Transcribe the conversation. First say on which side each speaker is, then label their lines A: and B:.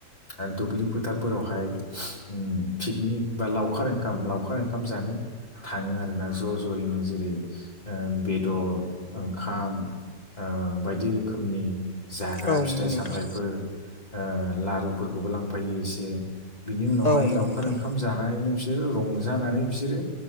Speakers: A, on the left; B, on the left.
A: ओम दुब्लि फोथारफोरावहाय ओम पिकनिक बा लावखार ओंखाम लावखार ओंखाम जानो थाङो आरोना ज' ज'यैनो जेरै ओ बेदर ओंखाम ओ बायदि रोखोमनि जाग्रा
B: औ
A: फिथाइ
B: नंगौ
A: सामथाइफोर
B: नोंथां
A: ओ लारुफोरखौबो लांफायो एसे बिनि उनावहाय
B: औ नंगौ
A: लावखार
B: नोंथां
A: ओंखाम जानाय रो रंजानानै बिसोरो